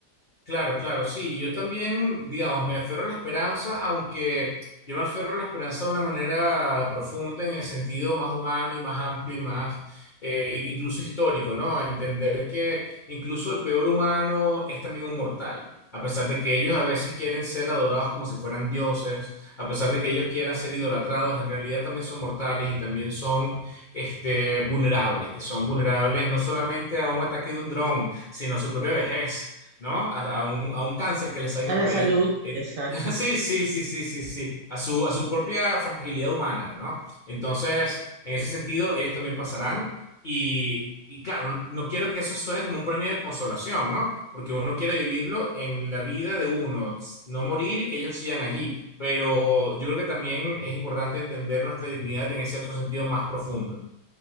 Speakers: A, on the left; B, on the right.
A: Claro, claro, sí, yo también, digamos, me aferro a la esperanza, aunque yo me aferro a la esperanza de una manera profunda, en el sentido más humano y más amplio y más, eh, i- incluso histórico, ¿no? Entender que incluso el peor humano es también un mortal, a pesar de que ellos a veces quieren ser adorados como si fueran dioses, a pesar de que ellos quieran ser idolatrados, en realidad también son mortales y también son, este, vulnerables, que son vulnerables no solamente a un ataque de un dron, sino a su propia vejez. ¿no? A, a un, a un cáncer que les salga
B: A la
A: por
B: salud,
A: ahí. Eh,
B: exacto.
A: <laughs> sí, sí, sí, sí, sí, sí, a su, a su propia fragilidad humana, ¿no? Entonces, en ese sentido, ellos también pasarán y, y claro, no quiero que eso suene como un premio de consolación, ¿no? Porque uno quiere vivirlo en la vida de uno, no morir y que ellos sigan allí. Pero yo creo que también es importante entender nuestra dignidad en ese otro sentido más profundo.